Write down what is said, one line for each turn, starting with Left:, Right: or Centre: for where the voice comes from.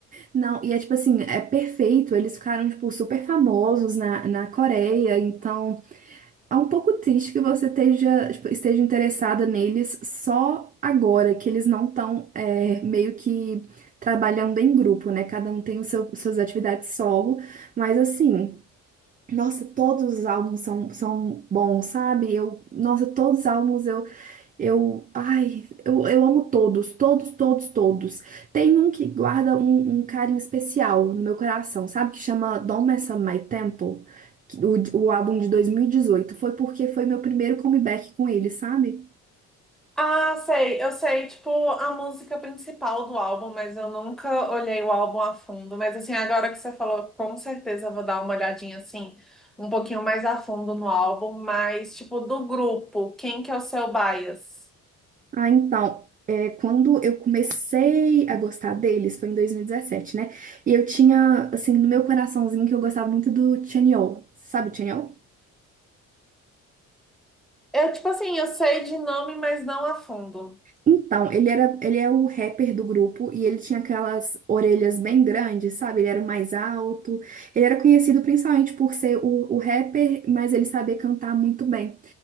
Right: Não, e é tipo assim, é perfeito. Eles ficaram, tipo, super famosos na, na Coreia. Então, é um pouco triste que você esteja, tipo, esteja interessada neles só agora, que eles não estão meio que trabalhando em grupo, né? Cada um tem o seu, suas atividades solo. Mas assim. Nossa, todos os álbuns são, são bons, sabe? Eu, nossa, todos os álbuns Eu, ai, eu, eu amo todos, todos, todos, todos. Tem um que guarda um, um carinho especial no meu coração, sabe? Que chama Don't Mess Up My Tempo, que- o, o álbum de 2018. Foi porque foi meu primeiro comeback com ele, sabe?
Centre: Ah, sei, eu sei, tipo, a música principal do álbum, mas eu nunca olhei o álbum a fundo. Mas assim, agora que você falou, com certeza eu vou dar uma olhadinha assim, um pouquinho mais a fundo no álbum, mas tipo, do grupo, quem que é o seu bias?
Right: Ah, então, é, quando eu comecei a gostar deles, foi em 2017, né? E eu tinha, assim, no meu coraçãozinho que eu gostava muito do Chanyeol. Sabe o Chanyeol?
Centre: Eu, tipo assim, eu sei de nome, mas não a fundo.
Right: Então, ele era, ele é o rapper do grupo e ele tinha aquelas orelhas bem grandes, sabe? Ele era o mais alto. Ele era conhecido principalmente por ser o, o rapper, mas ele sabia cantar muito bem.